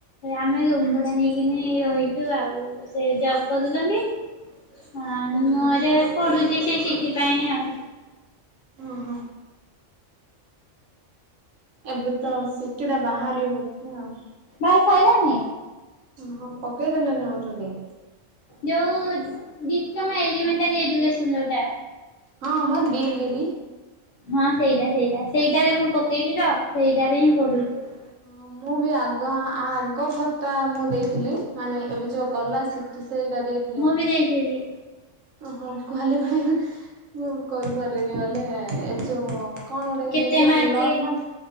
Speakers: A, on the left; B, on the right.
A: ଆମେ ରୁମ ଭଡ଼ା ନେଇକିନି ରହିଛୁ ଆଉ ସେ ଜବ୍ କରୁଚନ୍ତି। ହଁ ମୋର
B: ଓହୋ।
A: ଏ ପଢ଼ୁଛି ସେଇ ସିଟି ପାଇଁ ଆଉ
B: ଓହୋ। ଏବେ ତ ସିଟି ଟା ବାହାରିବ ବୋଧେ ଆଉ
A: ଭାଇ ସାଇଲାନି
B: ହ ହଁ ପକେଇଦେଲେ ନା ଆଉ ଛନ୍ତି
A: ଯୋଉ ଡିପ୍ଲୋମା ଏଲିମେଣ୍ଟାରି ଏଯୁକେଶନ ଯୋଉଟା
B: ହଁ ମ ଦିଲ୍ଲୀ ବି
A: ହଁ ସେଇଟା ସେଇଟା ସେଇଟାରେ ମୁଁ ପକେଇଛି ତ ସେଇଟାରେ ହିଁ ପଢ଼ୁଛି
B: ହଁ ମୁଁ ବି ଆଗ ଆ ଆଗ ଥ ଟା ମୁଁ ଦେଇଥିଲି ମାନେ ଏବେ ଯୋଉ ଗଲା ସେଇଟା ଦେଇ
A: ମୁଁ ବି ଦେଇଥିଲି।
B: ଓହୋ କ୍ଵାଲିଫାଏ ମୁଁ କରିପାରିଲିନି ଗଲେ ଏବ ଯୋଉ କଣ ଗୋଟେ
A: କେତେ
B: ହେଇଯାଉନି
A: ମାର୍କ
B: ନର୍ମାଲ